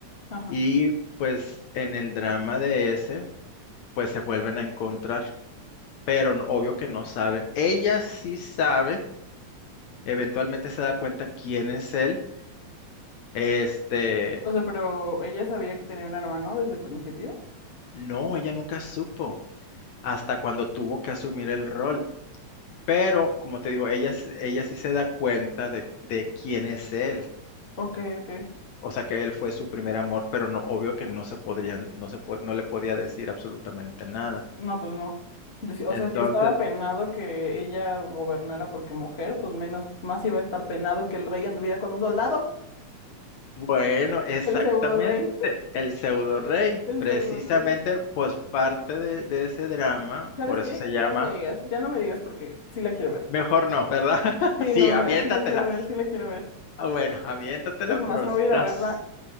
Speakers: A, on the left (about 25°); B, on the left (about 70°).
A: ajá.
B: Y pues en el drama de ese, pues se vuelven a encontrar pero no- obvio que no sabe. Ella sí sabe, eventualmente se da cuenta quién es él. Este,
A: O sea, pero ella sabía que tenía un hermano desde el principio.
B: no, ella nunca supo hasta cuando tuvo que asumir el rol. Pero, como te digo, ella, s- ella sí se da cuenta de, de quién es él.
A: Ok, ok.
B: O sea, que él fue su primer amor, pero no, obvio que no se podrían, no se po- no le podía decir absolutamente nada.
A: No, pues no. Deci- O
B: Entonces,
A: sea, si estaba penado que ella gobernara porque mujer, pues menos, más iba a estar penado que el rey anduviera con un soldado.
B: Bueno, exactamente,
A: El pseudo rey. <laughs>
B: el pseudo rey,
A: El
B: precisamente,
A: pseudo rey.
B: pues parte de, de ese drama,
A: ¿Sabes
B: por
A: qué?
B: eso se llama,
A: Ya no me digas, ya no me digas porque sí la quiero ver.
B: mejor no, ¿verdad? <laughs>
A: Sí,
B: Sí,
A: no,
B: aviéntatela.
A: ya, sí la quiero ver, sí la quiero ver.
B: Ah, bueno, aviéntatela,
A: Es más,
B: pero
A: me
B: estás
A: voy a ir a verla